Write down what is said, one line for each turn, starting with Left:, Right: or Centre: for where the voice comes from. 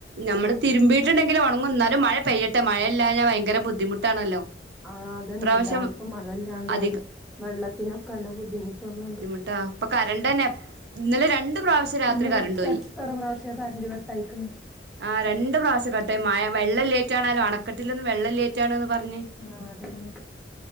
Right: നമ്മള് തിരുമ്പീട്ടുണ്ടെില് ഉണങ്ങും എന്നാലും മഴ പെയ്യട്ടെ മഴയല്ലഴഞ്ഞാ ഭയങ്കര ബുദ്ധിമുട്ടാണല്ലോ
Centre: ആ അതന്നെ
Right: ഇപ്രാവശ്യം
Centre: എല്ലായിടത്തും മഴല്ലാണ്ട്
Right: അധികം
Centre: വെ വെള്ളത്തിനൊക്കെ നല്ല ബുദ്ധിമുട്ടുന്നുണ്ട്
Right: ബുദ്ധിമുട്ടാ ഇപ്പൊ കരണ്ട്തന്നെ ഇന്നെലെ രണ്ട് പ്രാവശ്യം രാത്രി
Centre: ഇന്നലെ
Right: കറണ്ട് പോയി
Centre: എത്ര പ്രാവശ്യ കറന്റ് കട്ടായിക്കണ്
Right: ആ രണ്ട് പ്രാവശ്യ കട്ട്ആയെ മഴ വെള്ളം ഇല്ലാനിട്ട് ആണാലോ അണക്കെട്ടിലൊന്നും വെള്ളംലേനിറ്റ് ആണന്ന് പറഞ്ഞ
Centre: ആഹ് അതന്നെ